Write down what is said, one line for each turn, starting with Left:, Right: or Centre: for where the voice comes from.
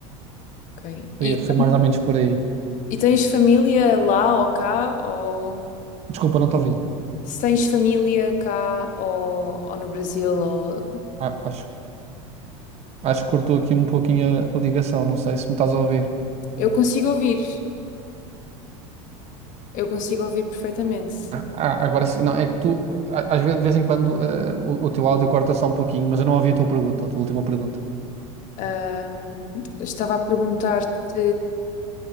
Left: ok.
Right: foi,
Left: E
Right: foi mais ou menos por aí.
Left: E tens família lá ou cá? Ou
Right: Desculpa, não te ouvi.
Left: se tens família cá ou, ou no Brasil? Ou...
Right: A- acho, acho que cortou aqui um pouquinho a a ligação, não sei se me estás a ouvir.
Left: Eu consigo ouvir, eu consigo ouvir perfeitamente.
Right: Ah, ah, agora sim, não, é que tu, a- às vezes, de vez em quando, eh, o, o teu áudio corta só um pouquinho, mas eu não ouvi a tua pergunta, a tua última pergunta.
Left: Ahm, estava a perguntar-te